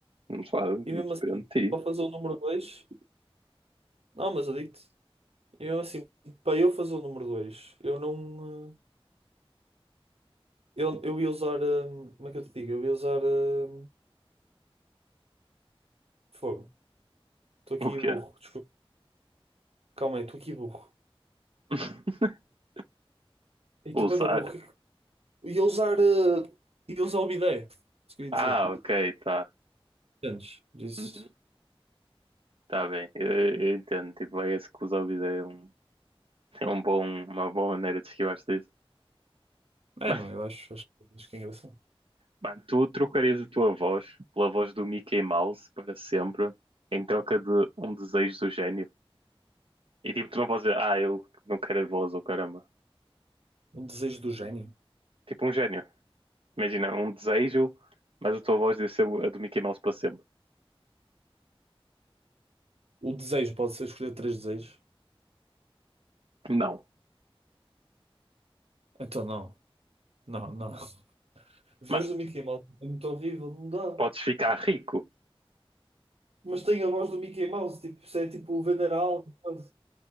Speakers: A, on the right; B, on the right.
A: não sabe,
B: E
A: não
B: mesmo
A: depende
B: assim,
A: de
B: para
A: ti.
B: fazer o número 2, não, mas eu digo-te, e mesmo assim, para eu fazer o número 2, eu não. eh, Eu, eu ia usar. eh, Como é que eu te digo? Eu ia usar. eh, Fogo. Estou aqui
A: O quê?
B: burro, desculpa. Calma aí, estou aqui burro.
A: <laughs>
B: E estou
A: Usar?
B: bem da burro. Ia usar, eh, ia usar o bidé, isso queria
A: Ah,
B: dizer.
A: ok, tá.
B: Entendes? Por isso.
A: Uhum, Tá bem, eu, eu entendo. Tipo, é esse que usa o vídeo é um. É um bom, uma boa maneira de esquivar-se disso.
B: É,
A: Mas,
B: não, eu acho, acho, acho que é engraçado.
A: mano, tu trocarias a tua voz pela voz do Mickey Mouse para sempre em troca de um desejo do gênio? E tipo, tu não podes dizer, ah, eu não quero a voz, ou caramba.
B: Um desejo do gênio.
A: Tipo um gênio. Imagina, um desejo, mas a tua voz ia ser a do Mickey Mouse para sempre.
B: O desejo pode ser escolher três desejos.
A: Não.
B: Então não, não, não. A voz
A: Mano,
B: do Mickey Mouse é muito horrível, não dá.
A: podes ficar rico.
B: Mas tem a voz do Mickey Mouse, tipo, isso é tipo vender a alma. quase.